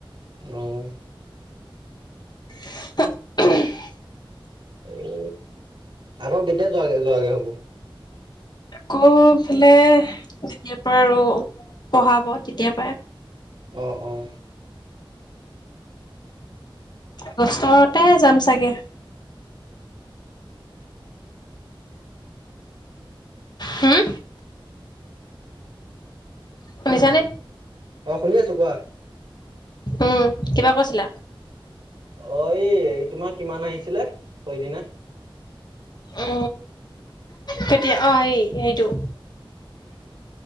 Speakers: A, on the right; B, on the left.
A: অঁ।
B: <unintelligible>
A: এ, আকৌ কেতিয়া যোৱাগে যোৱাগে হ'ব?
B: আকৌ এইফালে, যেতিয়াৰ পৰা আৰু পঢ়াব, তেতিয়াৰ পৰাই।
A: অঁ, অঁ।
B: দষ্টৰতে যাম চাগে। হুম? শুনিছানে?
A: অ' শুনি আছো। কোৱা,
B: উম, কিবা কৈছিলা?
A: অ' এই তোমাৰ কিমান আহিছিলে সইদিনা?
B: উ, কেতিয়া অ' সেই সেইটো।